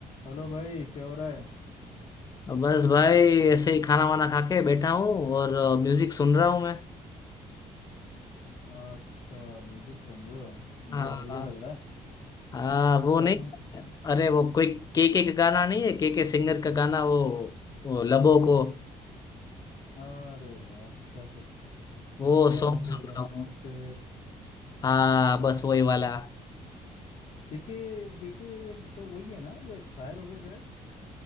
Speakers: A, on the left; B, on the left.
A: Hello भाई क्या हो रहा है
B: तो बस भाई ऐसे ही खाना वाना खा के बैठा हूँ और म्यूजिक सुन रहा हूँ मैं
A: अच्छा म्यूजिक सुन रहे हो
B: हाँ
A: मूड बढ़िया लग रहा है
B: हाँ वो
A: क्या
B: नहीं
A: सुन
B: अरे वो कोई के के का गाना नहीं है के के सिंगर का गाना वो वो लबो को
A: अरे वाह क्या फिर
B: वो
A: लबों
B: सॉन्ग
A: को
B: सुन
A: लबों
B: रहा हूँ
A: से
B: हाँ बस वही वाला
A: क्योंकि क्योंकि ये तो वही है ना जो एक्सपायर हो गए शायद